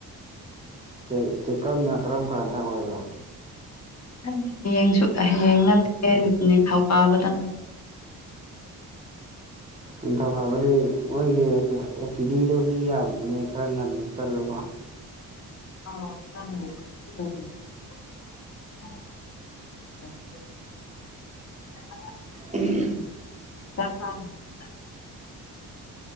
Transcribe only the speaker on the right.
ꯆꯦ ꯆꯦꯀꯞꯅ ꯀꯔꯝ ꯀꯔꯥꯟꯗ ꯑꯣꯏꯕ
ꯅꯤꯡꯊꯧꯀꯥꯕꯗꯤ ꯃꯣꯏꯒꯤ ꯑꯦ ꯑꯣ ꯄꯤ ꯗꯤꯗꯣ ꯃꯤ ꯌꯥꯝꯕꯅꯦ ꯈꯔ ꯉꯟꯅ ꯆꯠꯂꯨ
ꯎꯝ